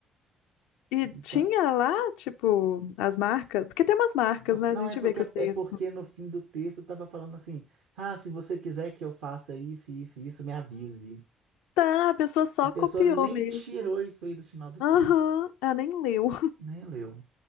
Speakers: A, on the left; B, on the right.
A: E
B: então,
A: tinha lá, tipo, as marcas, porque tem umas marcas,
B: não,
A: né?
B: não
A: A gente
B: é porque
A: vê que o texto.
B: é porque no fim do texto estava falando assim, ah, se você quiser que eu faça isso, isso, isso, me avise.
A: Tá, a pessoa só
B: A pessoa
A: copiou
B: nem
A: mesmo.
B: tirou isso aí do final do
A: Aham,
B: texto,
A: ela nem leu.
B: nem leu,